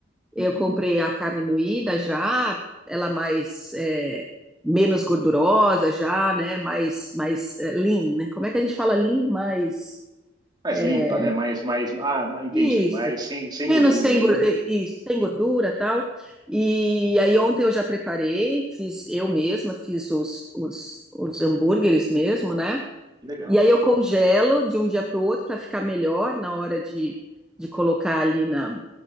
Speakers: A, in the centre; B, on the right (about 20°).
A: Eu
B: Uhum.
A: comprei a carne moída já, ela mais é, menos gordurosa já, né? Mais mais é, lean, né? Como é que a gente fala lean? Mais
B: Mais
A: é,
B: limpa, né? Mais, mais, ah, entendi,
A: isso,
B: mais sem, sem
A: menos
B: gordura,
A: sem gor-
B: né?
A: é, isso, sem gordura, tal. E aí ontem eu já preparei, fiz eu mesma, fiz os os, os hambúrgueres mesmo, né?
B: Que Legal.
A: E aí eu congelo de um dia para o outro para ficar melhor na hora de de colocar ali na